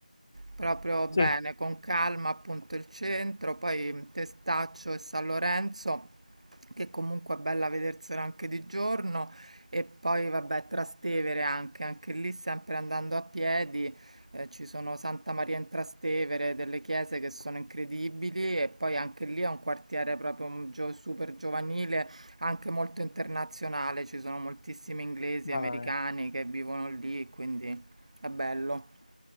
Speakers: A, on the right; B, on the left.
A: Proprio bene,
B: Sì,
A: con calma appunto il centro, poi Testaccio e San Lorenzo, che comunque è bella vedersela anche di giorno, e poi vabbè Trastevere anche, anche lì sempre andando a piedi, eh, ci sono Santa Maria in Trastevere, delle chiese che sono incredibili e poi anche lì è un quartiere proprio un gio- super giovanile, anche molto internazionale, ci sono moltissimi inglesi,
B: va
A: americani
B: bene.
A: che vivono lì, quindi è bello.